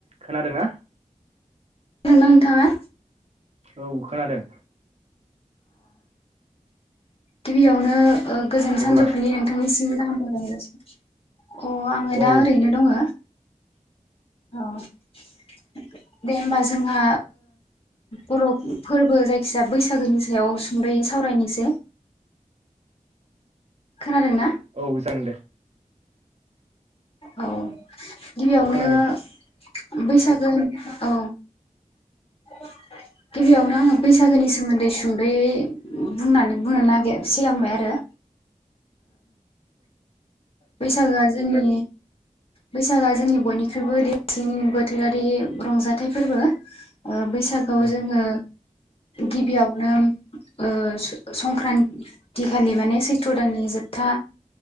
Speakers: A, on the right; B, on the left.
A: खोनादोंना
B: नोंथाङा
A: औ खोनादों
B: गिबियावनो गोजोन
A: अब्ला
B: सानजौफुनि नोंथांनिसिम गाहाम हलायसै अ आङो
A: औ
B: दा ओरैनो दङ औ दे होमबा जोंहा बर' फोरबो जायखिजया बैसागोनि सायाव सुंदयो सावरायनायसो खोनादों ना
A: औ जागोन दे
B: औ गिबियावनो
A: औ खोनादों
B: बैसागो औ गिबियावनो आङो बैसागोनि सोमोन्दै सुंद'यै बुंनानै बुंनो नागिर सिगांबाय आरो बेैसागुआ जोंनि बैसागोआ जोंनि बयनिख्रुइबो देरसिन बोथोरारि रंजाथाइ फोरबो बैसागआव
A: उम
B: जोङो गिबियावनो ओ संक्रान्ति खालि माने सैथ्र दाननि जोबथा